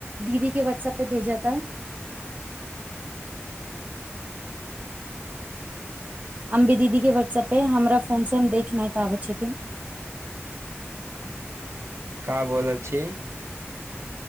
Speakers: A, on the right; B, on the right.
A: दीदी के व्हटसऐप पे भेजब त हम भी दीदी के व्हाट्सऐपे हमरा फोन से हम देख नय पाबै छथिन
B: का बोलल छी